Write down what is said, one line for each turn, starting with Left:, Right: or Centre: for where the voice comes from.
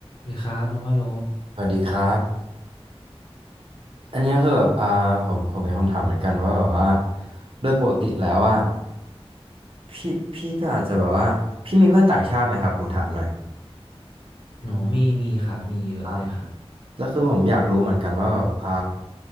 Left: ดีครับน้องว่าโล
Right: สวัสดีครับ อันเนี้ยคือแบบอ่าผมผมมีคำถามเหมือนกันว่าแบบว่า โดยปกติแล้วอ่ะพี่พี่ก็อาจจะแบบว่า พี่มีเพื่อนต่างชาติไหมครับ ผมถามหน่อย
Left: หนอมีมีครับมีเยอะเลยครับ
Right: อ่า แล้วคือผมอยากรู้เหมือนกันว่าแบบอ่า